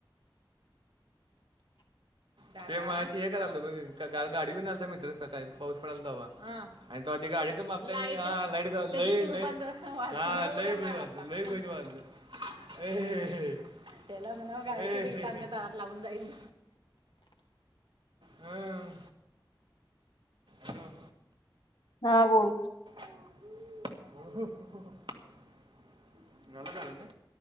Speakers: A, on the left (about 70°); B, on the right (about 75°).
A: <inaudible>
B: ते म हे कराल गाडी ब आलता म्र सकाळी पाऊस पडला हवा आणि ते गाडीच माग हा लाट ल हा लय को वा लई को वाज नाही अ त्याला म्हणा काांच्या दरात लावून जाईल हम् हॅलो
A: हा बोल
B: <inaudible> गढले का होय